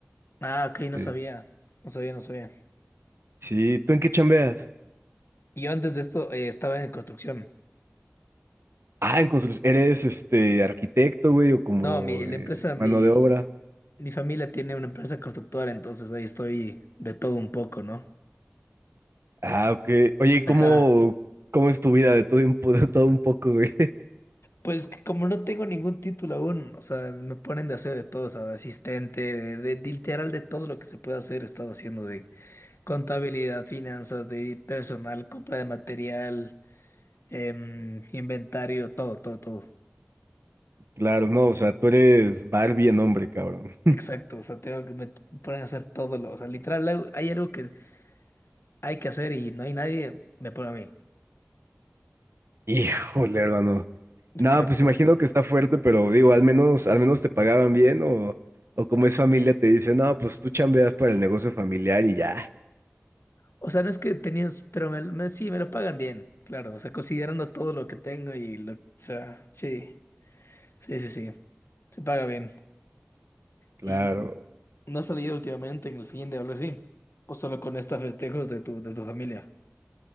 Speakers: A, on the left (about 75°); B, on the right (about 75°).
A: Ah, ok, no
B: Eh,
A: sabía. No sabía, no sabía.
B: sí, ¿tú en qué chambeas?
A: Yo antes de esto eh, estaba en construcción.
B: Ah, en construcción. ¿Eres este arquitecto, güey, o como
A: No, mi,
B: de
A: la empresa, mi,
B: mano de obra?
A: Mi familia tiene una empresa constructora, entonces ahí estoy de todo un poco, ¿no?
B: Ah, ok. Oye, ¿cómo,
A: Ajá.
B: cómo es tu vida de todo un, po- <laughs> de todo un poco, güey?
A: Pues que como no tengo ningún título aún, o sea, me ponen de hacer de todo, o sea, asistente, de, de- de literal de todo lo que se puede hacer, he estado haciendo de contabilidad, finanzas, de personal, compra de material, em, inventario, todo, todo, todo.
B: Claro, no, o sea, tú eres Barbie en hombre, cabrón.
A: Exacto, o sea, tengo que me ponen a hacer todo lo, o sea, literal hay hay algo que hay que hacer y no hay nadie, me pone a mí.
B: <laughs> Híjole, hermano.
A: Exacto.
B: No, pues imagino que está fuerte, pero digo, al menos, al menos te pagaban bien o, o como es familia te dicen, no, pues tú chambeas para el negocio familiar y ya.
A: O sea, no es que tenías, pero me, me- sí, me lo pagan bien, claro. O sea, considerando todo lo que tengo y lo, o sea, sí, sí, sí, sí, se paga bien.
B: Claro.
A: ¿Y no has salido últimamente en el fin de algo así? ¿O solo con estos festejos de tu, de tu familia?